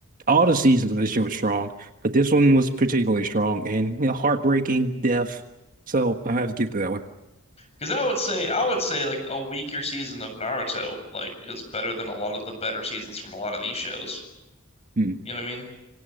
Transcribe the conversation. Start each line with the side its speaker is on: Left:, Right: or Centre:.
Right: All the seasons of this year were strong, but this one was particularly strong and you know, heartbreaking, death. So I have to give to that one.
Left: because I would say I would say like a weaker season of Naruto like is better than a lot of the better seasons from a lot of these shows.
Right: Mm.
Left: You know what I mean?